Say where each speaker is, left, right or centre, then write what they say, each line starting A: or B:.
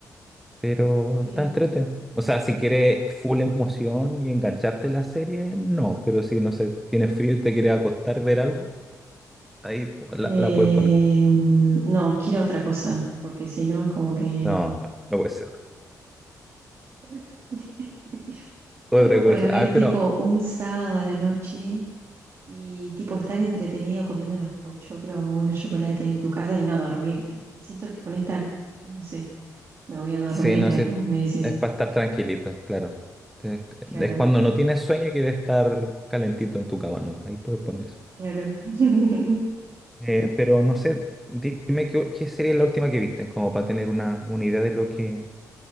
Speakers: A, in the centre; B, on the right (about 40°).
A: Pero
B: Sí.
A: está entrete. O sea, si quieres full emoción y engancharte en la serie, no. Pero si, no sé, tienes frío y te quieres acostar, ver algo, ahí po- la,
B: Eh,
A: la puedes poner.
B: no, quiero otra cosa, porque si no es como que...
A: No, no puede ser.
B: <laughs> Algo
A: Otra cosa.
B: para ver
A: Ah,
B: tipo
A: pero
B: un sábado a la noche y tipo estar entretenido comiendo unos pochoclos o unos chocolates en tu casa y no dormirte. Siento que con esta, no sé, me voy a dormir,
A: Sí, no,
B: la
A: sí,
B: que
A: es,
B: vos me decís.
A: es para estar tranquilito, claro. Es,
B: Claro,
A: es cuando no tienes sueño y quieres estar calentito en tu cama, ¿no? Ahí puedes poner eso.
B: claro. <laughs>
A: Eh, pero no sé, dime qué, qué sería la última que viste, como para tener una, una idea de lo que